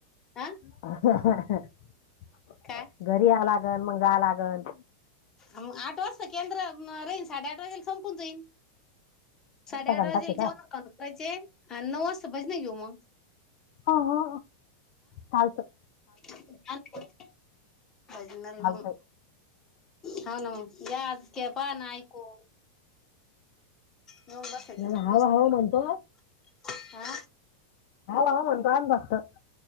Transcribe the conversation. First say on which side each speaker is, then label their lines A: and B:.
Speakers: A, on the left; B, on the left.
A: हा
B: <unintelligible>
A: काय
B: <inaudible> घरी या लागण मग जा लागन.
A: मग आठ वाजता केंद्र म राहीन साडेआठ वाजेला संपून जाईन.
B: अर्धा
A: साडेआठ
B: घंटाच
A: वाजेला
B: आहे
A: जवन
B: का
A: खान करायचे आणि नऊ वाजता भजन घेऊ मग.
B: हो -हो चालत.
A: नाल <unintelligible> भजनाल
B: चालतंय
A: म हा ना म या आज क्या पाळणा आयकू. <inaudible> येऊन बसायचं
B: नाही, हाव
A: दुस
B: हाव म्हणतो
A: <inaudible> आ
B: हाव-हाव म्हणतोय भागत <inaudible>